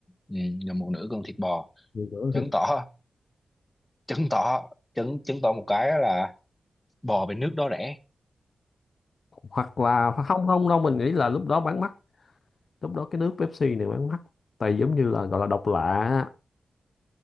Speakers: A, on the left; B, on the left.
A: Ừ. là một nửa cân thịt bò
B: Gần nửa
A: chứng
B: thì-
A: tỏ chứng tỏ chứng chứng tỏ một cái là bò bên nước đó rẻ
B: hoặc là hoặc không không đâu mình nghĩ là lúc đó bán mắc lúc đó cái nước Pepsi này bán mắc tại giống như là gọi là độc lạ á.